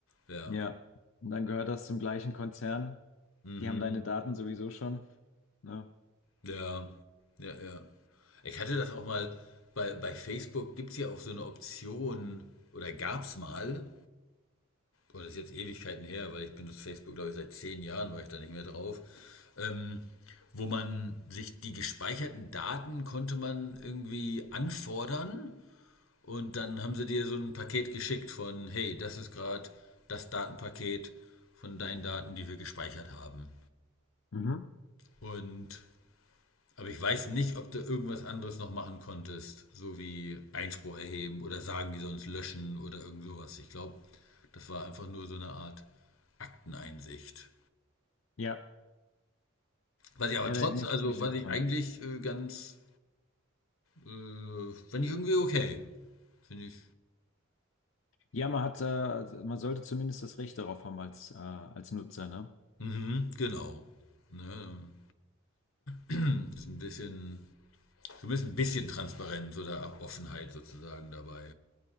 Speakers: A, on the left; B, on the left.
A: Ja.
B: Ja. Und dann gehört das zum gleichen Konzern.
A: Mhm.
B: Die haben deine Daten sowieso schon, ne?
A: Ja. Ja, ja. Ich hatte das auch mal, bei, bei Facebook gibt es ja auch so eine Option, oder gab es mal, oh, das ist jetzt Ewigkeiten her, weil ich benutze Facebook, glaube ich, seit zehn Jahren war ich da nicht mehr drauf, ähm, wo man sich die gespeicherten Daten konnte man irgendwie anfordern und dann haben sie dir so ein Paket geschickt von, hey, das ist gerade das Datenpaket von deinen Daten, die wir gespeichert haben.
B: Mhm.
A: Und aber ich weiß nicht, ob du irgendwas anderes noch machen konntest, so wie Einspruch erheben oder sagen, die sonst löschen oder irgend sowas. Ich glaube, das war einfach nur so eine Art Akteneinsicht.
B: Ja,
A: Was ich aber
B: ja,
A: trotz,
B: da erinnere
A: also
B: ich mich
A: was
B: auch
A: ich
B: dran.
A: eigentlich äh, ganz, äh, finde ich irgendwie okay. Finde ich,
B: Ja, man hat, äh, also man sollte zumindest das Recht darauf haben als, äh, als Nutzer, ne?
A: mhm, genau. Ne? Das ist ein bisschen, zumindest ein bisschen Transparenz oder Offenheit sozusagen dabei.